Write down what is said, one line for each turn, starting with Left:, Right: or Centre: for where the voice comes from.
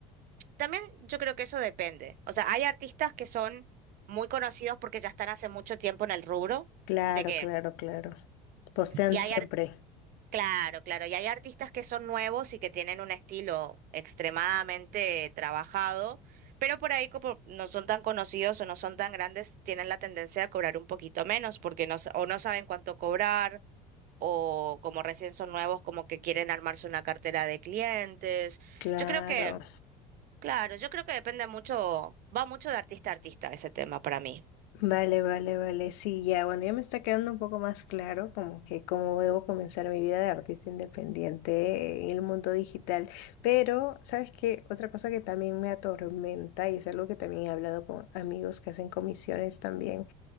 Right: también yo creo que eso depende. O sea, hay artistas que son muy conocidos porque ya están hace mucho tiempo en el rubro,
Left: Claro,
Right: de que
Left: claro, claro. Postean
Right: y hay,
Left: siempre.
Right: ar- claro, claro, y hay artistas que son nuevos y que tienen un estilo extremadamente trabajado, pero por ahí como no son tan conocidos o no son tan grandes, tienen la tendencia a cobrar un poquito menos porque no, sa- o no saben cuánto cobrar o como recién son nuevos, como que quieren armarse una cartera de clientes.
Left: Claro.
Right: Yo creo que, claro, yo creo que depende mucho, va mucho de artista a artista ese tema para mí.
Left: Vale, vale, vale. Sí, ya, bueno, ya me está quedando un poco más claro como que cómo debo comenzar mi vida de artista independiente en el mundo digital. Pero, ¿sabes qué? Otra cosa que también me atormenta y es algo que también he hablado con amigos que hacen comisiones también.